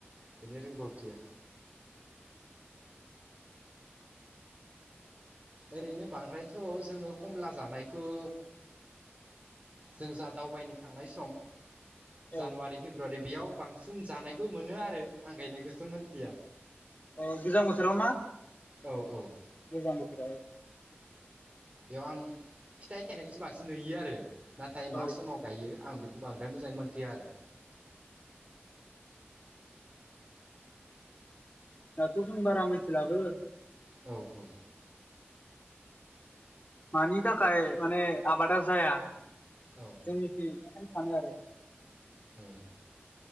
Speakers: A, on the right (about 35°); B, on the left (about 35°).
A: बेनि रोंगौथिया। ओरैनो बांद्रायथ' जोङो खमला जानायखो जों जा दावबायनो थांनाय सम जानुवारि
B: औ
A: फेब्रुवारि बेयाव बांसिन जानायखौ मोनो आरो आं गायनायखौसो मोनथिया।
B: औ गोजां बोथोराव ना।
A: औ औ।
B: गोजां बोथोराव
A: बेयाव आं फिथाइ थाइनायखौसो बांसिन नुयो आरो नाथाय मा
B: औ
A: समाव गायो आं बेखौ बांद्राय मोजाङै मोन्थिया आरो।
B: दाथ' जों बारा मिथि लाबो।
A: औ औ।
B: मानि थाखाय माने आबादा जाया
A: औ।
B: जोंनिखि <unintelligible> सानो आरो।
A: ओं